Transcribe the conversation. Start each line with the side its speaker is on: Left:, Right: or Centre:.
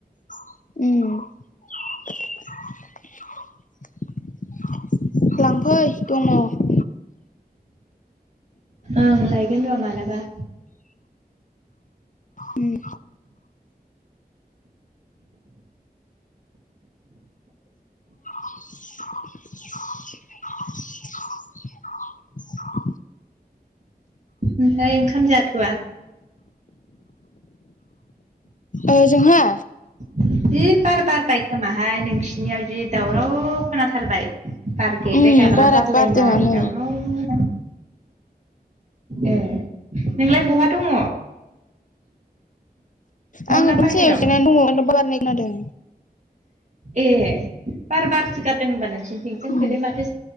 Left: उम लांफै दङ।
Right: ओं लायगोन र' मालाबा।
Left: उम <inaudible> <inaudible>
Right: ओमफ्राय ओंखाम जाथ'वा?
Left: ओ जोंहा?
Right: जि बार बारबाय खोमाहाय नोंसिनियाव जि दावराव खोनाथारबाय। बार गेग्रे
Left: उम
Right: गाग्रा
Left: बारा
Right: बारलायनाय
Left: बारदोंआनो
Right: दावराव। ए नोंलाय बहा दङ?
Left: आङो
Right: ना
Left: दंफां
Right: बाहेराव
Left: सायाव जिरायना दङ <unintelligible> बारनाय खोनादों।
Right: ए बार बारसो गारदों होनबा नोंसो थिं जोंखैलाय
Left: उम
Right: माथो